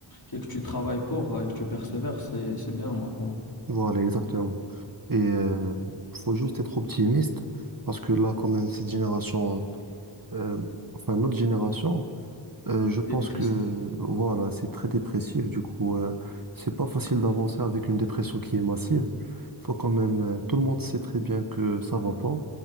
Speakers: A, on the left; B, on the right.
A: et que tu travailles pour, euh, et que tu persévères, c'est, c'est bien, moi, pour moi.
B: Voilà, exactement. Et il faut juste être optimiste parce que là, quand même, cette génération, euh, enfin notre génération, euh, je pense
A: dépressif.
B: que voilà, c'est très dépressif. Du coup, euh, c'est pas facile d'avancer avec une dépression qui est massive. Faut quand même, euh, tout le monde sait très bien que ça va pas,